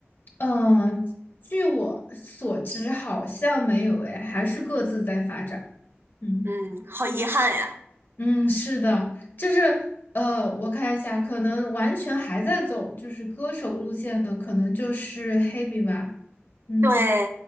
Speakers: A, on the left (about 45°); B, on the right (about 55°).
A: 嗯，据我所知，好像没有哎，还是各自在发展。嗯
B: 嗯，好遗憾呀。
A: 嗯，是的，就是呃，我看一下，可能完全还在走就是歌手路线的，可能就是 Hebe 吧。嗯
B: 对，